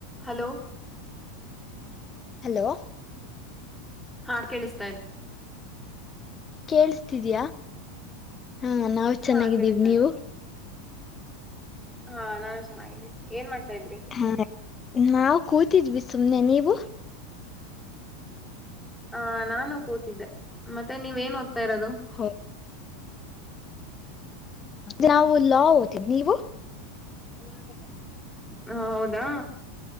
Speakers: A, in the centre; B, on the left.
A: Hello
B: hello
A: ಹಾ ಕೇಳಿಸ್ತಾ ಇ್ದದೆ
B: ಕೇೇಳಸ್ತಿದಯಾ ಹಾ ನಾವ್ ಚೆನ್ನಾಗಿದ್ದೀವಿ
A: ಹಾ ಕೇಳಿಸ್ತಾ
B: ನೀವು
A: ಇದೆ ಹಾ ನಾನು ಚೆನ್ನಾಗಿದ್ದೀಿ ಏನ್ ಮಾಡ್ತಾ ಇದ್ರಿ
B: ಹಾ ನಾವು ಕೂತಿದ್ವಿ ಸುಮ್ನೆ ನೀವು
A: ಆ ನಾನು ಕೂತಿದ್ದೆ ಮತ್ತೆ ನೀವೇನ್ ಹೋಗ್ತಾ ಇರೋದು
B: ಹ ನಾವು ಲಾ ಓತಿದ್ ನೀವು ಹ
A: ಹ ಹೌದಾ